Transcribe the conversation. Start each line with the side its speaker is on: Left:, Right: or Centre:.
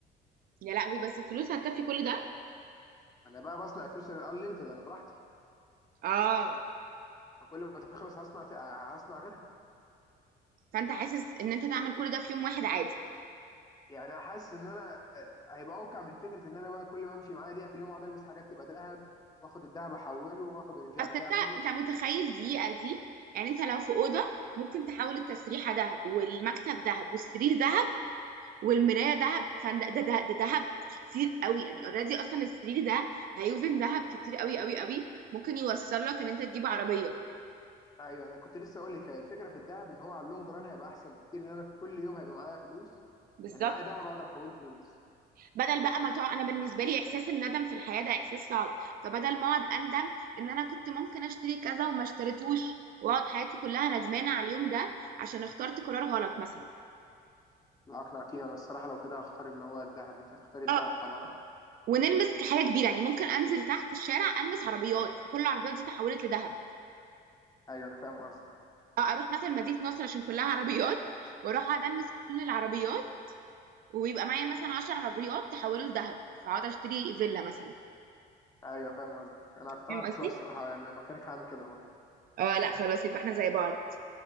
Right: يا لهوي بس الفلوس هتكفي كل ده
Left: انا بقى بصنع الفلوس الانليمتد انا براحتي
Right: اه
Left: فكل ما تخلص هصنع ت... هصنع غيرها
Right: فانت حاسس ان انت تعمل كل ده في يوم واحد عادي
Left: يعني حاسس ان انا هيبقى اوقع من فكره ان انا بقى كل ما امشي معايا دقيقه في اليوم اقعد المس حاجات تبقى ذهب واخد الذهب احوله واخد اللي مش عارف
Right: بس انت
Left: ايه اعمله
Right: انت متخيل دقيقه دي يعني انت لو في اوضه ممكن تحول التسريحه ذهب والمكتب ذهب والسرير ذهب والمرايه ذهب فده ده ده ده ذهب كتير قوي يعني اوريدي اصلا السرير ده هيوزن ذهب كتير قوي قوي قوي ممكن يوصل لك ان انت تجيب عربيه
Left: ايوه انا كنت لسه اقول لك هي الفكره في الذهب ان هو على اللونج ران هيبقى احسن بكتير ان انا كل يوم هيبقى معايا فلوس
Right: بالظبط
Left: يعني معايا ذهب اقدر احوله فلوس
Right: بدل بقى ما تقعد انا بالنسبه لي احساس الندم في الحياه ده احساس صعب فبدل ما اقعد اندم ان انا كنت ممكن اشتري كذا وما اشتريتوش واقعد حياتي كلها ندمانه على اليوم ده عشان اخترت قرار غلط مثلا
Left: لا اقنعتيني انا الصراحه لو كده هختار اللي هو الذهب انت هتختاري الذهب
Right: اه
Left: طبعا
Right: ونلبس حاجه كبيره يعني ممكن انزل تحت الشارع البس عربيات وكل العربيات دي تحولت لذهب
Left: ايوه انا فاهم قصدك
Right: أو اروح مثلا مدينه نصر عشان كلها عربيات واروح اقعد البس كل العربيات ويبقى معايا مثلا 10 عربيات تحولوا لذهب فاقعد اشتري فيلا مثلا
Left: ايوه فاهم قصدك انا اقتنعت
Right: فاهم قصدي؟
Left: شويه الصراحه يعني لو مكانك هعمل كده برضه
Right: اه لا خلاص يبقى احنا زي بعض